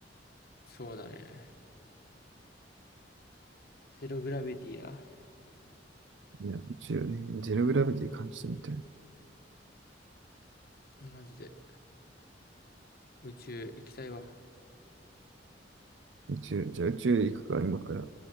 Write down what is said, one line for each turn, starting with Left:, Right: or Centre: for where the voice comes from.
Left: そうだね。ゼログラビティな。
Right: いや、宇宙ね、ゼログラビティ感じてみたい。
Left: マジで。宇宙行きたいわ。
Right: 宇宙、じゃあ宇宙行くか、今から